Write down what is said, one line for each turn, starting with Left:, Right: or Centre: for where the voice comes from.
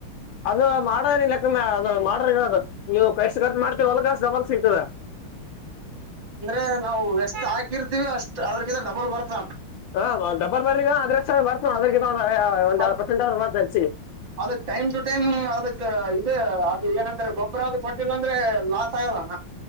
Left: ಅದು ಮಾಡ <unintelligible> ನೀವು <unintelligible> ಡಬಲ್ ಸಿಗ್ತದ.
Right: ಅಂದ್ರೆ ನಾವು ಎಷ್ಟ್ ಹಾಕಿರ್ತಿವಿ ಅಷ್ಟ್ ಅದ್ರಕಿಂತ ಡಬಲ್ ಬರ್ತ್ ಅಣ್ಣಾ.
Left: ಹಾ ಡಬ್ಬಲ್ <unintelligible>
Right: ಅದು ಅದಕ್ ಟೈಮ್ ಟು ಟೈಮ್ ಅದಕ್ ಇದು ಅದು ಏನಂದ್ರ ಗೊಬ್ಬರ ಅದು ಕೊಟ್ಟಿಲ್ಲ ಅಂದ್ರೆ ಲಾಸ್ ಆಗಲ್ಲ ಅಣ್ಣಾ.